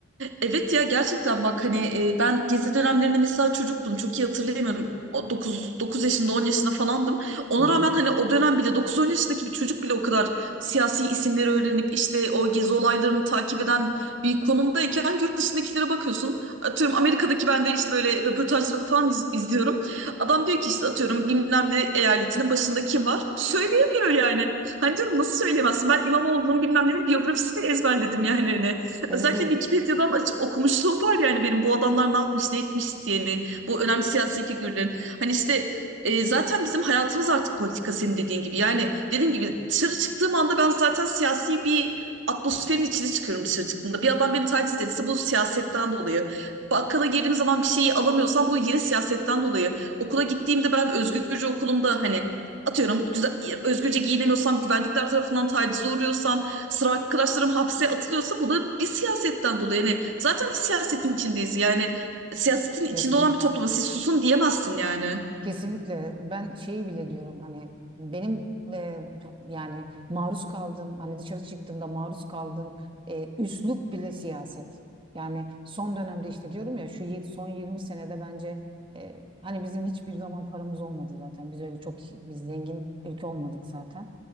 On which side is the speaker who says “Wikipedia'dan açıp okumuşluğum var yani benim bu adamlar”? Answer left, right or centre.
Right